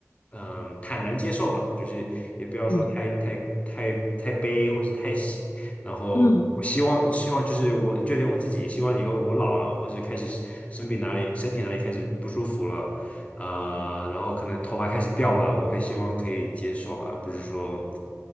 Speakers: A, on the left; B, on the left.
A: 嗯，坦然接受吧，就是也不要说太太太太悲或是太喜。
B: 嗯
A: 然后我希望希望就是我就连我自己，
B: 嗯
A: 希望以后我老了或者开始生病哪里身体哪里开始不舒服了，呃，
B: 嗯，
A: 然后可能头发开始掉了，我会希望可以接受吧，不是说。